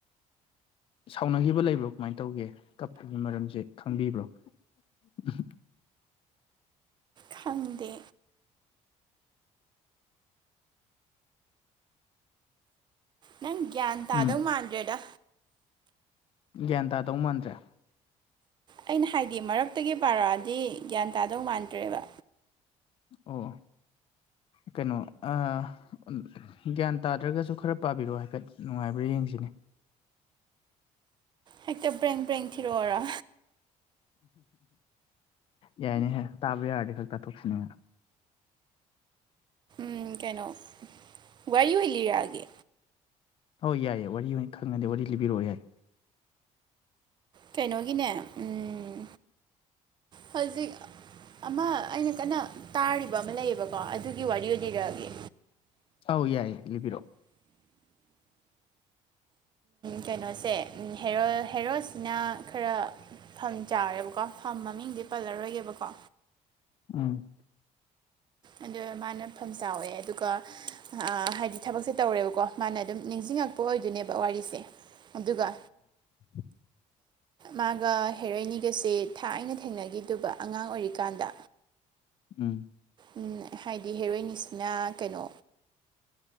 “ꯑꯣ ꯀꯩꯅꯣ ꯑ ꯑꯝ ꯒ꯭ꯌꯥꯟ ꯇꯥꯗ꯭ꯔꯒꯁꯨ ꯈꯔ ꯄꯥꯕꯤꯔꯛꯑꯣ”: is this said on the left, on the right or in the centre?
Left